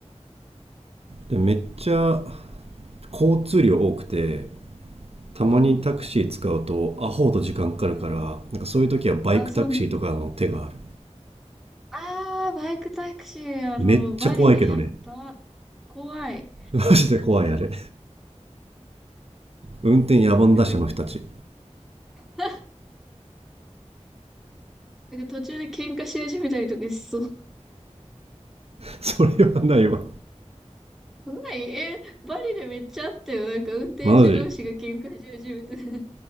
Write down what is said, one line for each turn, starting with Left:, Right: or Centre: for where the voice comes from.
Right: うでめっちゃ交通量多くてたまにタクシー使うとアホほど時間かかるからなんかそういう時はバイクタクシーとかの手がある
Centre: うんうん。うん。あそうなんだ。ああ、バイクタクシー、あの、
Right: めっちゃ怖いけどね
Centre: バリでやった。怖い。
Right: <laughs> マジで怖いあれ運転野蛮打者の人たち
Centre: なんか <laughs> なんか途中で喧嘩し始めたりとかしそう。
Right: それはないわ
Centre: やばい、え、バリでめっちゃあったよ。なんか運転手同士が喧嘩し始めて。
Right: マジ
Centre: <laughs>